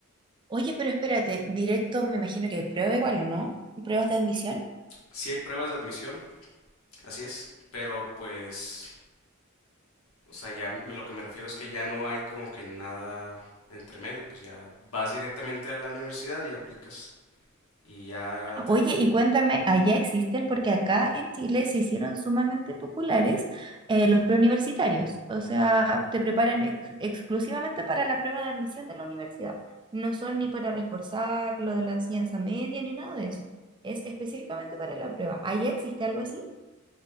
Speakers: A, on the right; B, on the left.
A: Oye, pero espérate, directo me imagino que hay prueba igual, ¿o no? ¿Pruebas de admisión?
B: Si hay pruebas de admisión, Así es, pero pues, o sea, ya me- lo que me refiero es que ya no hay como que nada entre medio, pues ya vas directamente a la universidad y aplicas y ya te...
A: Oye, y cuéntame, ¿allá existen? Porque acá en Chile se hicieron sumamente populares eh, los preuniversitarios. O sea, te preparan ex- exclusivamente para la prueba de admisión de la universidad. No son ni para reforzar lo de la enseñanza media ni nada de eso. Es específicamente para la prueba. ¿Allá existe algo así?